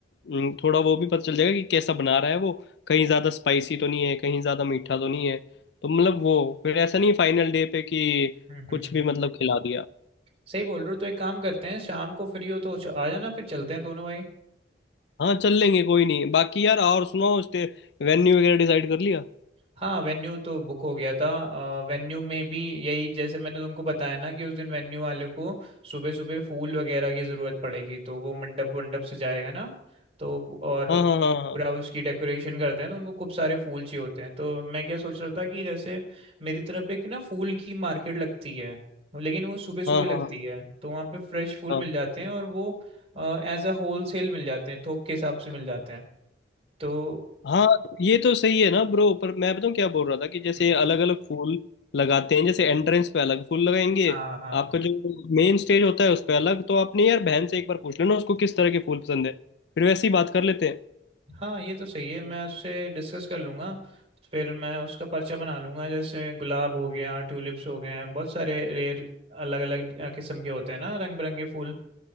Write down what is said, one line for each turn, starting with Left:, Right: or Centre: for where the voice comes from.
Left: हम्म, थोड़ा वो भी पता चल जाएगा कि कैसा बना रहा है वो कहीं ज़्यादा स्पाइसी तो नहीं है कहीं ज़्यादा मीठा तो नहीं है तो मतलब वो फिर ऐसा नहीं फाइनल डे पे कि
Right: हम्म हम्म
Left: कुछ
Right: हम्म,
Left: भी
Right: हम्म।
Left: मतलब खिला दिया
Right: सही बोल रहे हो तो एक काम करते हैं शाम को फ्री हो तो च- आ जाना फिर चलते हैं दोनों भाई
Left: हाँ चल लेंगे कोई नहीं बाकी यार और सुनाओ स्टे वेन्यू वगैरह डिसाइड कर लिया
Right: हाँ वेन्यू तो बुक हो गया था वेन्यू में भी यही जैसे मैंने तुमको बताया ना कि उस दिन वेन्यू वाले को सुबह सुबह फूल वगैरह की ज़रूरत पड़ेगी तो वो मंडप वंडप से जाएगा ना तो और
Left: हाँ हाँ हाँ
Right: पूरा उसकी डेकोरेशन करते हैं तो उनको खूब सारे फूल चाहिए होते हैं तो मैं क्या सोच रहा था कि जैसे मेरी तरफ एक ना फूल की मार्केट लगती है लेकिन वो सुबह सुबह
Left: हाँ
Right: लगती
Left: हाँ हाँ
Right: है तो वहाँ पे फ्रेश फूल
Left: हाँ
Right: मिल जाते हैं और वो एज अ होल सेल मिल जाते हैं थोक के हिसाब से मिल जाते हैं तो
Left: हाँ ये तो सही है ना ब्रो पर मैं बताऊँ क्या बोल रहा था कि जैसे
Right: हम्म,
Left: अलग अलग फूल लगाते हैं जैसे एंट्रेंस पे अलग फूल लगाएंगे
Right: हाँ हाँ
Left: आपका जो मेन स्टेज होता है उस पे अलग तो आपने यार बहन से एक बार पूछ लेना उसको किस तरह के फूल पसंद है फिर वैसे ही बात कर लेते हैं
Right: हाँ ये तो सही है मैं उससे डिस्कस कर लूंगा फिर मैं उसका पर्चा बना लूंगा जैसे गुलाब हो गया ट्यूलिप्स हो गए हैं बहुत सारे रेयर अलग अलग किस्म के होते हैं ना रंग बिरंगे फूल